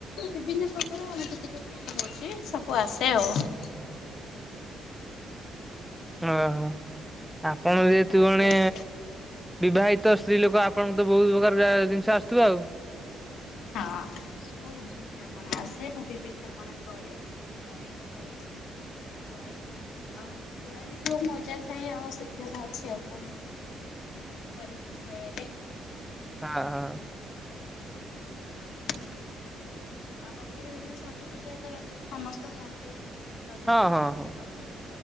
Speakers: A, on the left; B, in the centre.
A: ବିଭିନ୍ନ ପ୍ରକାର <unintelligible> ହଉଛି ସବୁ ଆସେ ଆଉ।
B: ଓହୋ। ଆପଣ
A: ପିଠା
B: ଯେହେତୁ ଜଣେ
A: ଆସେ।
B: ବିବାହିତ ସ୍ତ୍ରୀ ଲୋକ ଆପଣଙ୍କ ତ ବହୁତ ପ୍ରକାର <unintelligible> ଜିନିଷ ଆସୁଥିବ ଆଉ।
A: ହଁ କୋଉ ବି ପିଠା ପଣା ଆସେ। ମୁଁ ବି ପିଠା ପଣା କରେ। ମୁଁ ବି ଖାଏ ସମସ୍ତ ବି ଖୁଆଏ। ଆଉ ଖୁଆରେ ମଜା ଥାଏ ଆଉ ସେଥିରେ କଣ ଅଛି ଆଉ କହୁନାହାନ୍ତି? କରିକି ଖୁଆଇଲେ।
B: <unintelligible>
A: ହଁ ଆଉ ବାକି ରହିଲା ସଜସଜା ତ ରଜରେ ସମସ୍ତ ହୁଅନ୍ତି। ରଜାରେ
B: ହଁ
A: ବି
B: ହଁ
A: ସଜ
B: ହଁ
A: ହବା ତ